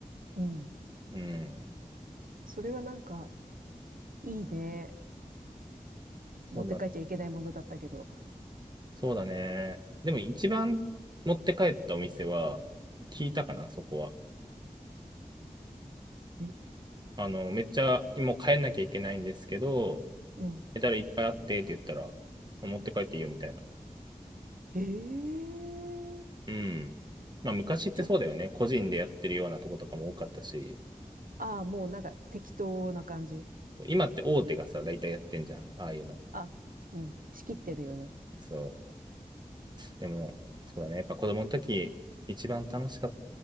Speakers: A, on the right (about 85°); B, on the right (about 30°).
A: うん。
B: うん、
A: それはなんか、いいね。持って帰っちゃいけないものだったけど。
B: そうだ、そうだね。でも一番持って帰ったお店は、聞いたかな、そこは。
A: え、
B: あの、めっちゃ、もう帰んなきゃいけないんですけど、
A: うん。
B: メダルいっぱいあってって言ったら、持って帰っていいよみたいな。
A: ええ
B: うん。まあ昔ってそうだよね。
A: じゃ
B: 個人でやってるようなとことかも多かったし、
A: あ、ああ、もうなんか適当な感じ。
B: 今って大手がさ、大体やってんじゃん、ああいうの。
A: あ、うん。仕切ってるよね。
B: そう。でも、そうだね。やっぱ子供の時、一番楽しかった。